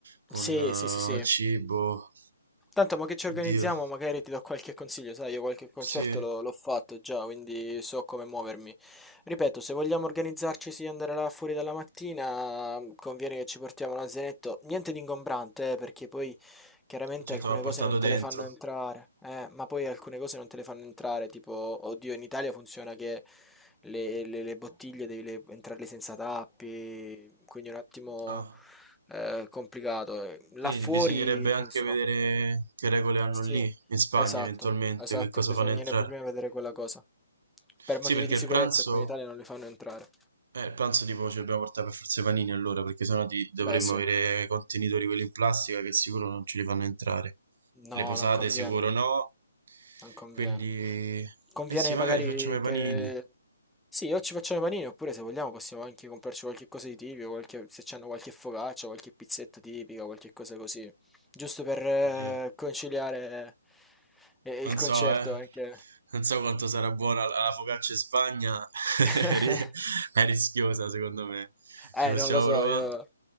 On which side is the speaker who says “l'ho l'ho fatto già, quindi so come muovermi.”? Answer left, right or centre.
Centre